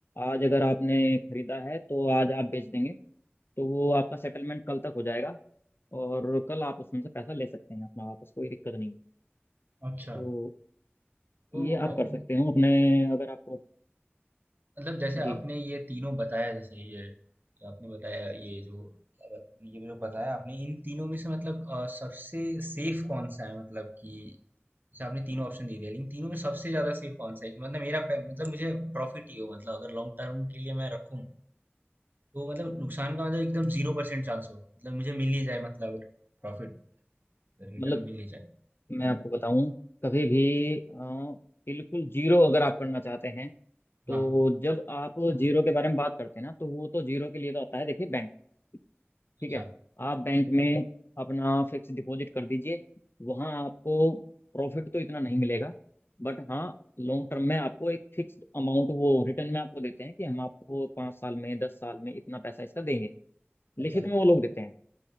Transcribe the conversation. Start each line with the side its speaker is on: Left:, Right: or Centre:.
Left: आज अगर आपने खरीदा है तो आज आप बेच देंगे तो वो आपका सेटलमेंट कल तक हो जाएगा और कल आप उसमें से पैसा ले सकते हैं अपना वापस कोई दिक्कत नहीं है
Right: अच्छा
Left: तो
Right: तो
Left: ये आप
Right: अ,
Left: कर सकते हो अपने अगर आपको
Right: मतलब जैसे आपने
Left: जी
Right: ये तीनों बताया जैसे ये जो आपने बताया ये जो क्या बात- ये जो बताया आपने इन तीनों में से मतलब अ, सबसे सेफ कौन सा है मतलब कि जैसे आपने तीनों ऑप्शन दे दिया लेकिन तीनों में सबसे ज्यादा सेफ कौन सा है कि मतलब मेरा पे- मतलब मुझे प्रॉफिट ही हो मतलब अगर लॉन्ग टर्म के लिए मैं रखूं तो मतलब नुकसान का मतलब एकदम जीरो परसेंट चांस हो मतलब मुझे मिल ही जाए मतलब प्रॉफिट रिटर्न
Left: मतलब
Right: मिल ही जाए
Left: मैं आपको बताऊं कभी भी अ, बिल्कुल जीरो अगर आप करना चाहते हैं तो
Right: हाँ
Left: जब आप जीरो के बारे में बात करते हैं ना तो वो तो जीरो के लिए तो होता है देखिए बैंक
Right: अच्छा
Left: ठीक है आप बैंक में अपना फिक्स डिपॉजिट कर दीजिए वहां आपको प्रॉफिट तो इतना नहीं मिलेगा बट हाँ लॉन्ग टर्म में आपको एक फिक्स अमाउंट वो रिटर्न में आपको देते हैं कि हम आपको पाँच साल में दस साल में इतना पैसा इसका देंगे
Right: अच्छा
Left: लिखित में वो लोग देते हैं